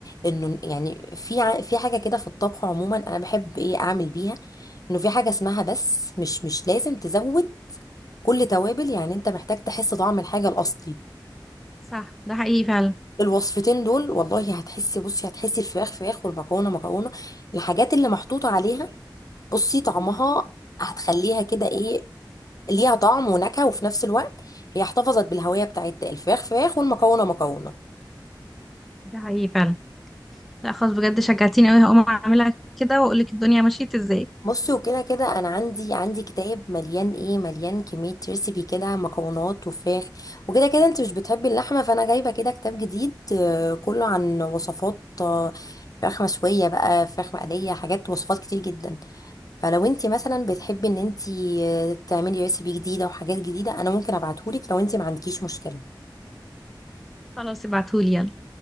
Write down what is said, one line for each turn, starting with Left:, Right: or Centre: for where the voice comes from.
Left: انه يعني في ع- في حاجة كده في الطبخ عموما انا بحب ايه اعمل بيها انه في حاجة اسمها بس مش مش لازم تزود كل توابل يعني انت محتاج تحس طعم الحاجة الاصلي
Centre: صح ده حقيقي فعلا
Left: الوصفتين دول والله هتحسي بصي هتحسي الفراخ فراخ والمكرونه مكرونه الحاجات اللي محطوطه عليها بصي طعمها هتخليها كده ايه ليها طعم ونكهه وفي نفس الوقت هي احتفظت بالهويه بتاعت الفراخ فراخ والمكرونه مكرونه
Centre: ده حقيقي فعلا لا خلاص بجد شجعتيني قوي هقوم اعملها كده واقول لك الدنيا مشيت ازاي
Left: بصي وكده كده انا عندي عندي كتاب مليان ايه مليان كميه ريسيبي كده مكرونات وفراخ وكده كده انت مش بتحبي اللحمه فانا جايبه كده كتاب جديد آه، كله عن وصفات آه، فراخ مشويه بقى فراخ مقليه حاجات وصفات كتير جدا فلو انت مثلا بتحبي ان انت تعملي ريسيبي جديده وحاجات جديده انا ممكن ابعتهولك لو انت ما عندكيش مشكله
Centre: خلاص ابعتهولي يلا